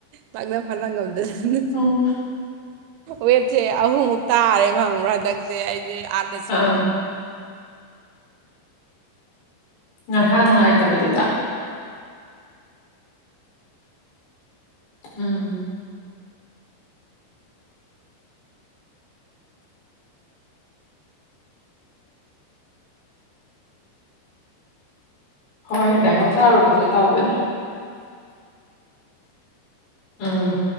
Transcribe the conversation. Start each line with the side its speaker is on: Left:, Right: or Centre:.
Right: ꯇꯥꯛꯅ ꯐꯅ ꯉꯝꯗꯅꯤ
Left: ꯑꯣꯝ
Right: ꯋꯦꯠꯁꯦ ꯑꯍꯨꯝꯃꯨꯛ ꯇꯥꯔꯦꯕ ꯈꯪꯕꯔꯥ ꯍꯟꯗꯛꯁꯦ ꯑꯩꯁꯦ ꯑꯗꯥꯁꯨ
Left: ꯑꯥ ꯅꯍꯥꯟ ꯅꯨꯡꯉꯥꯏꯇꯕꯗꯨꯗ ꯎꯝ ꯍꯣꯏ ꯂꯥꯏꯍꯧ ꯁꯥꯔꯨꯕꯁꯦ ꯇꯧꯕꯅꯦ ꯎꯝ